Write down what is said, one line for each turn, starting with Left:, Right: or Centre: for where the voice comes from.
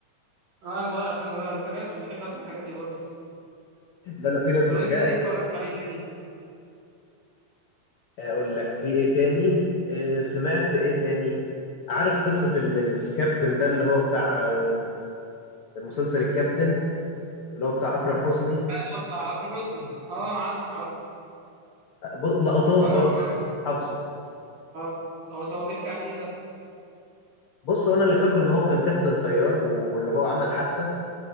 Right: اه انا بقى عشان انا تابعت عشان بحب اسمع الحاجات دي برضه
Left: لا لا في ناس
Right: طب
Left: بتخاف
Right: انت ايه اتفرجت عليه تاني
Left: اقول لك في ايه تاني آه، سمعت ايه تاني عارف قصة ال- ال- الكابتن ده اللي هو بتاع آه، مسلسل الكابتن اللي هو بتاع اكرم حسني
Right: بتاع اللي هو بتاع اكرم حسني اه عارفه عارفه
Left: ب- لقطات
Right: هو
Left: برضه
Right: انا هو انا
Left: يعني حافظه
Right: اه هو طب هو بيحكي عن ايه ده
Left: بص هو انا اللي فاكره ان هو كان كابتن طيار واللي هو عمل حادثه